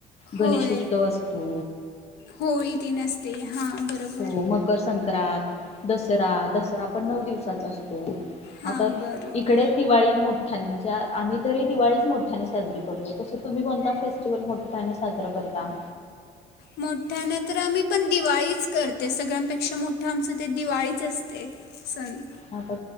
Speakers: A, on the left (about 40°); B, on the left (about 75°).
A: गणेश
B: होय
A: उत्सव असतो
B: होळी तीन असते हां बरोबर.
A: हो मकर दसरा दसरा पण नऊ दिवसाचा असतो. <unintelligible>
B: हां
A: आता
B: बरोबर
A: इकडेच दिवाळी मोठ <unintelligible> म्हणजे आम्ही तरी दिवाळीच मोठ्याने साजरी करतो तसं तुम्ही कोणता फेस्टिवल मोठ्याने साजरा करता.
B: मोठ्या नाही तर आम्ही पण दिवाळीच करते सगळ्यांपेक्षा मोठं आमचं ते दिवाळीच असते सण
A: हता